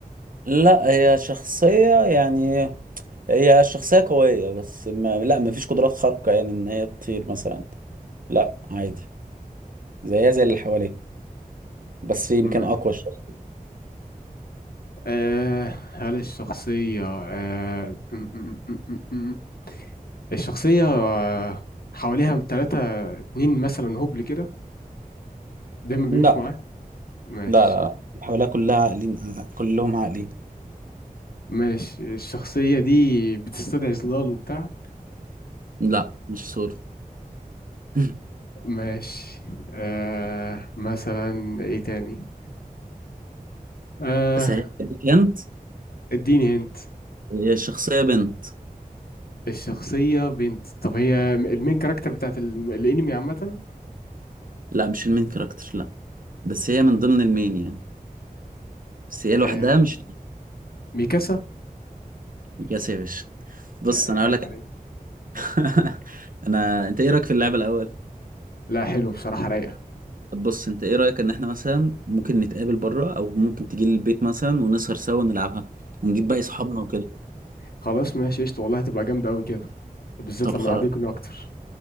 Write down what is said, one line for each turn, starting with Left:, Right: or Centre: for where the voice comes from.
Right: لا هي شخصية يعني هي شخصية قوية بس ما لا ما فيش قدرات خارقة يعني ان هي تطير مثلا لا عادي زيها زي اللي حواليه بس يمكن
Left: ماشي.
Right: اقوى شوية
Left: آه هل الشخصية آه م- م- م- م- م- الشخصية آه حواليها تلاتة اتنين مثلا هبل كده دايما بيمشوا
Right: لا
Left: معاك ماشي
Right: لا لا اللي حواليها كلها عاقلين كلهم عاقلين
Left: ماشي الشخصية دي بتستدعي ظلال وبتاع
Right: لا مش سوري <laughs>
Left: ماشي آه مثلا ايه تاني آه
Right: اسهل لك انت
Left: اديني هنت
Right: هي الشخصية بنت
Left: الشخصية بنت طب هي المين كاركتر بتاعت ال- الانمي عامة
Right: لا مش المين كاركتر لا بس هي من ضمن المين يعني بس هي لوحدها
Left: آه
Right: مش
Left: ميكاسا
Right: مكاسة يا باشا بص
Left: يعني
Right: انا اقول
Left: عيب
Right: لك
Left: عليك
Right: <laughs> انا انت ايه رايك في اللعبة الاول
Left: لا حلو بصراحة رايقة
Right: طب بص انت ايه رايك ان احنا مثلا ممكن نتقابل بره او ممكن تيجي لي البيت مثلا ونسهر سوا ونلعبها ونجيب باقي صحابنا وكده
Left: خلاص ماشي قشطة والله هتبقى جامدة أوي كده بالذات
Right: طب
Left: لما
Right: خلاص
Left: العدد يكون أكتر